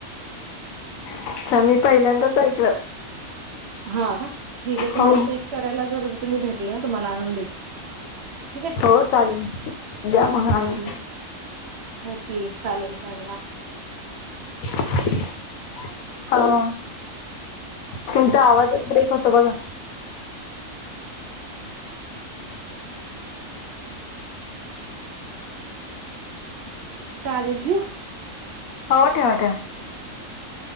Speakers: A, on the left; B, on the right.
A: अच्छा. मी, पहिल्यांदाच ऐकलं.
B: हा, का? ठीक आहे. तुम्हाला
A: हो
B: टेस्ट करायला जर तुम्ही भेटला ना, तुम्हाला आणून देते. ठीक आहे.
A: हो चालेल द्या मग आणून
B: हम्म्. ओके, चालेल-चालेल आ.
A: <inaudible> हा. तुमचा आवाजच, ब्रेक होतो बघा.
B: चालेल, ठेवू?
A: अहो ठेवा ठेवा